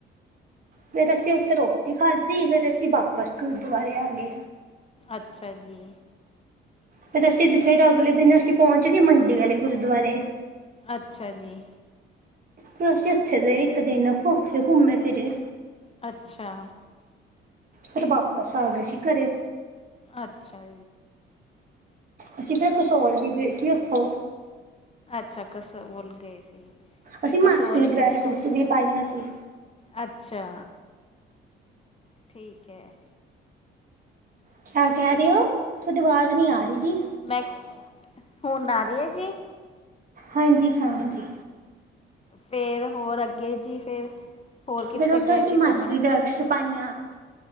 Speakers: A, on the right; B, on the left.
A: ਫਿਰ ਅਸੀ ਉੱਥੇ ਰੋਟੀ ਖਾ ਤੇ ਫਿਰ ਅਸੀਂ ਵਾਪਸ ਗੁਰਦੁਆਰੇ ਆ ਗਏ।
B: ਅੱਛਾ ਜੀ
A: ਫਿਰ ਅਸੀਂ ਫਿਰ ਅਗਲੇ ਦਿਨ ਅਸੀਂ ਪਹੁੰਚ ਗਏ ਮੰਡੀ ਵਾਲੇ ਗੁਰਦੁਆਰੇ
B: ਅੱਛਾ ਜੀ।
A: ਫਿਰ ਅਸੀਂ ਉੱਥੇ ਦੇ ਇੱਕ ਦਿਨ ਉੱਥੇ ਘੁੰਮੇ ਫਿਰੇ
B: ਅੱਛਾ।
A: ਫਿਰ ਵਾਪਸ ਆ ਗਏ ਸੀ ਘਰੇ।
B: ਅੱਛਾ
A: ਅਸੀਂ ਫਿਰ ਕਸੋਲ ਵੀ ਗਏ ਸੀ ਉੱਥੋਂ
B: ਅੱਛਾ ਕਸੋਲ ਗਏ ਸੀ। ਫਿਰ
A: ਅਸੀਂ ਹਿਮਾਚਲੀ
B: ਕਸੋਲ
A: ਡਰੈਸਿਸ
B: ਕਿੱਥੇ ਘੁੰਮ
A: ਵੀ ਪਾਈਆਂ ਸੀ।
B: ਅੱਛਾ ਠੀਕ ਹੈ।
A: ਕਿਆ ਕਹਿ ਰਹੇ ਹੋ, ਥੋਡੀ ਆਵਾਜ਼ ਨਹੀਂ ਆ ਰਹੀ ਜੀ।
B: ਮੈਂ <inaudible> ਹੁਣ ਆ ਰਹੀ ਹੈ ਜੀ।
A: ਹਾਂਜੀ ਹਾਂ ਜੀ।
B: ਫੇਰ ਹੋਰ ਅੱਗੇ ਜੀ ਫੇਰ <inaudible> ਹੋਰ ਕਿੱਥੇ
A: ਫਿਰ ਉੱਥੇ
B: ਗਏ
A: ਅਸੀਂ
B: ਸੀ ਘੁੰਮਣ।
A: <unintelligible>